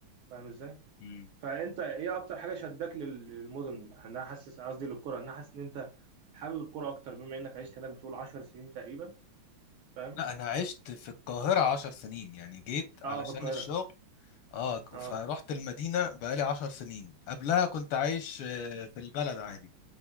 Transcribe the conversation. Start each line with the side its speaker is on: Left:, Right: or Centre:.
Right: فاهم إزاي؟
Left: مم.
Right: فأنت إيه أكتر حاجة شدك لل- للمدن؟ يعني أنا حاسس قصدي للكرة أنا حاسس إن أنت حابب الكرة أكتر بما إنك عشت هناك بتقول 10 سنين تقريبا فاهم؟
Left: لا أنا عشت في القاهرة عشر سنين يعني جيت علشان
Right: اه في القاهرة
Left: الشغل اه
Right: اه
Left: فرحت المدينة بقالي عشر سنين قبلها كنت عايش آه، في البلد عادي